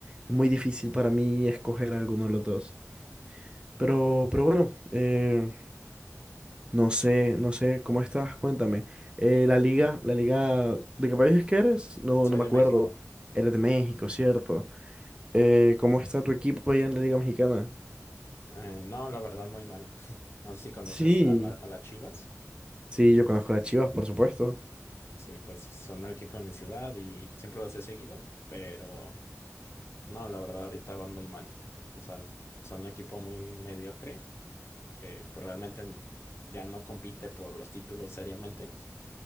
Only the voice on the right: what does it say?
Es muy difícil para mí escoger alguno de los dos. Pero, pero bueno, eh, No sé, no sé, ¿cómo estás? Cuéntame. Eh, la liga, la liga, ¿de qué país es que eres? No,
no me
acuerdo.
Eres de México, ¿cierto? Eh, ¿cómo está tu equipo allá en la liga mexicana?
Sí,
Sí, yo conozco a las Chivas, por supuesto.